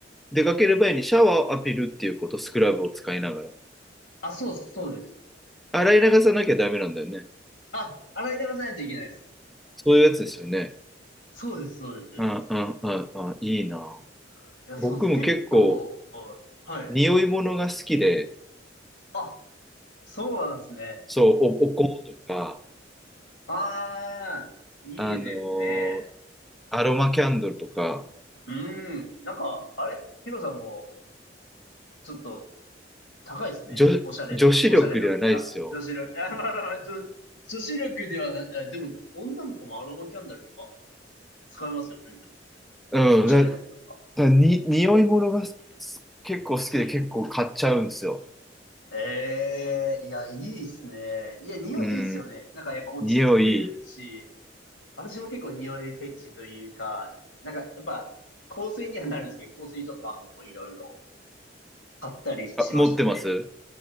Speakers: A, in the centre; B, on the left.
A: 出かける前にシャワーを浴びるっていうこと、スクラブを使いながら。
B: あ、そうです、そうです。
A: 洗い流さなきゃダメなんだよね。
B: あ、洗い流さないといけないです。
A: そういうやつですよね。
B: そうです、そうです。
A: ああ、ああ、あいいな。
B: あいや、
A: 僕も結構、
B: そうです。結構、はい。はい
A: 匂い物が好きで、
B: あ、そうなんですね。
A: そう、お、お香とか、
B: ああ、いいですね。
A: あのーアロマキャンドルとか、
B: うん。なんか、あれ、ヒロさんも、ちょっと高いですね。
A: 女、
B: おしゃれ度。
A: 女子力ではないですよ。
B: おしゃれ度っつうか。女子力。<laughs> あ、まあまあまあ、女、女子力ではない。あでも、女の子もアロマキャンドルとか使いますよね。でも
A: うん、
B: おしゃれな人とか。
A: だ、だに、匂い物がす結構好きで結構買っちゃうんですよ。
B: ええいや、いいっすね。いや、匂いいいっすよね。
A: うん、
B: なんかやっぱ落ち着くし、
A: 匂い、
B: 私も結構匂いフェチというか、なんかやっぱ香水にはなるんですけど、香水とかもこういろいろ買ったりしましたね。
A: あ、持ってます